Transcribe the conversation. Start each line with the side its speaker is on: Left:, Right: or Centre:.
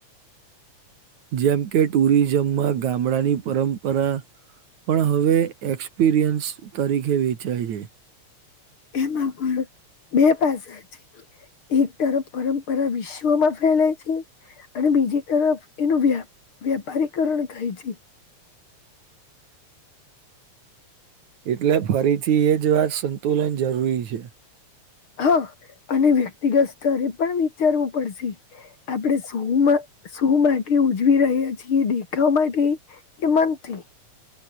Right: જેમ કે ટુરિઝમમાં ગામડાની પરંપરા પણ હવે એક્સપિરિયન્સ તરીકે વેચાય છે.
Left: એમાં પણ બે પાસા છે. એક તરફ પરંપરા વિશ્વમાં ફેલાય છે. અને બીજી તરફ એનું વ્યા વ્યાપારીકરણ થાય છે.
Right: એટલે ફરીથી એ જ વાત સંતુલન જરૂરી છે.
Left: હા અને વ્યક્તિગત સ્તરે પણ વિચારવું પડશે. આપણે શું માટે ઉજવી રહ્યા છીએ દેખાવ માટે એમનથી